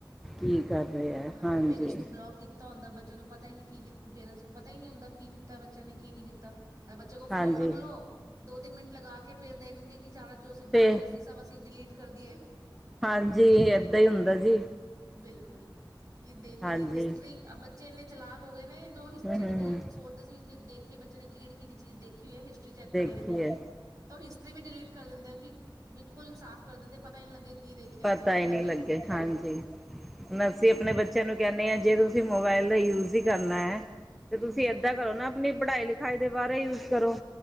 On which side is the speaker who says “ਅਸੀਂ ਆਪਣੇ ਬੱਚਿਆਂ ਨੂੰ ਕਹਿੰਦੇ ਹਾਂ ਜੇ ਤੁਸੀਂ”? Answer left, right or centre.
Centre